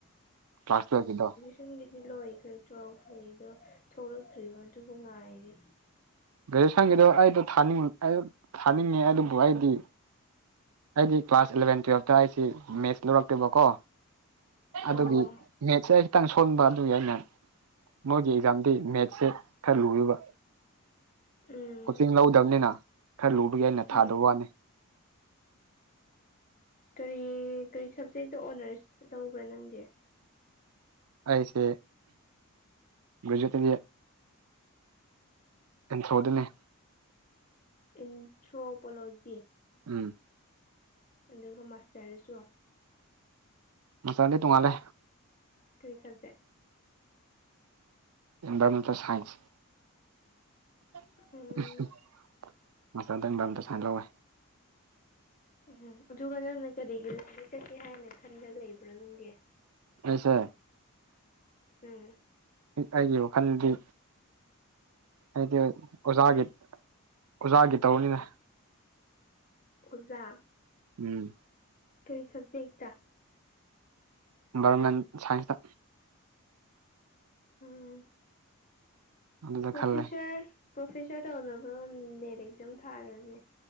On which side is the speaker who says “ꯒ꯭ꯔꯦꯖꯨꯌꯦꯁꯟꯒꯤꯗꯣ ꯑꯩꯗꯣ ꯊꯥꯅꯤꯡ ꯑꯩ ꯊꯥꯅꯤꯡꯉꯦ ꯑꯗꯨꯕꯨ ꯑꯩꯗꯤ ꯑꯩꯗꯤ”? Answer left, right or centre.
Right